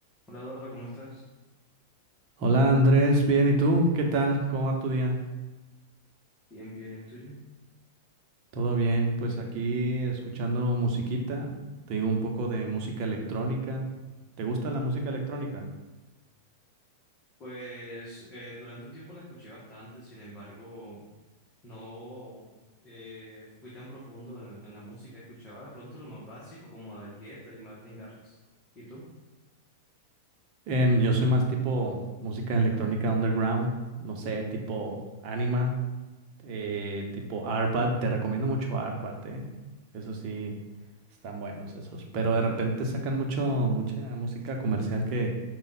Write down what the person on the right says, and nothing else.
Hola Andrés, bien, ¿y tú? ¿Qué tal? ¿Cómo va tu día?
Todo bien, pues aquí escuchando musiquita, te digo un poco de música electrónica. ¿Te gusta la música electrónica?
Em, yo soy más tipo música electrónica underground, no sé, tipo Anima, eh, tipo Arbat, te recomiendo mucho Arbat, ¿eh? Eso sí, están buenos esos, pero de repente sacan mucho, mucha música comercial que,